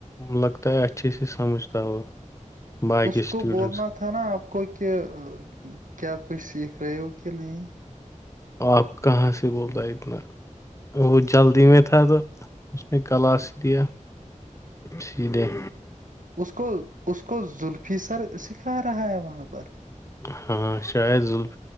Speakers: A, on the left; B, on the right.
A: لگتا ہے اچھے سے سمجھتا ہوا باقی
B: اس
A: اسٹوڈنٹس
B: کو بولنا تھا نا آپ کو کہ کیا کچھ سیکھ رہے ہو کہ نہیں
A: آپ کہاں سے بول رہ اتنا وہ جلدی میں تھا تو اس نے کلاس ہی لیا سی دیں
B: اس کو اس کو زلفی سر سکھا رہا ہے وہاں پر
A: ہاں شایدف